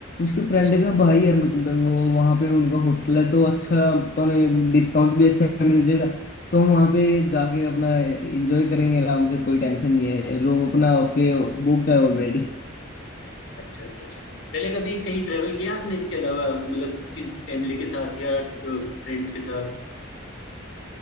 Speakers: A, on the left (about 45°); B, on the left (about 65°).
A: उसके फ्रेंड
B: अच्छा
A: का भाई है मतलब वो वहां पे उनका होटल है तो अच्छा अपन डिस्काउंट भी अच्छा मिल जाएगा तो हम वहां पे जाके अपना एंजॉय करेंगे आराम से कोई टेंशन नहीं है रूम अपना ओके बुक है ऑलरेडी
B: अच्छा अच्छा अच्छा पहले कभी कहीं ट्रेवल किया आपने इसके अलावा मतलब किस फैमिली के साथ या फ्रेंड्स के साथ